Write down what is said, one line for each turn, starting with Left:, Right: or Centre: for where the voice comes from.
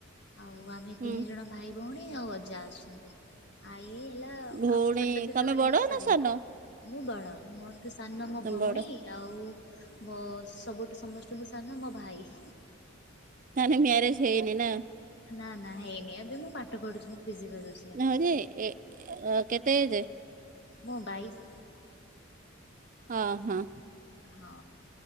Left: ଆଉ ଆମେ
Right: ହୁଁ
Left: ତିନି ଜଣ ଭାଇ ଭଉଣୀ ଆଉ ଅଜା ଆସିଛନ୍ତି। ଆଇ ହେଲା
Right: ଭଉଣୀ
Left: ଆମେ ଛୋଟ ଥିଲା
Right: ତମେ
Left: ବେଳେ
Right: ବଡ
Left: ହିଁ ସରିଗଲେ।
Right: ନା ସାନ
Left: ମୁଁ ବଡ଼ ମୋ ଠୁ ସାନ ମୋ
Right: ତମେ
Left: ଭଉଣୀ
Right: ବଡ
Left: ଆଉ ମୋ ସବୁଠୁ ସମସ୍ତଠୁ ସାନ ମୋ ଭାଇ।
Right: ତାହେନେ ମ୍ୟାରେେଜ୍ ହେଇନିନା?
Left: ନା ନା ହେଇନି ଏବେ ମୁଁ ପାଠ ପଢୁଚି ମୁଁ ଫିଜିକାଲ ଅଛି।
Right: ନାଇଁରେ ଯେ ଏ କେତେ ଏଜ୍?
Left: ମୁଁ ବାଇକ୍
Right: ହଁ ହଁ।
Left: ହଁ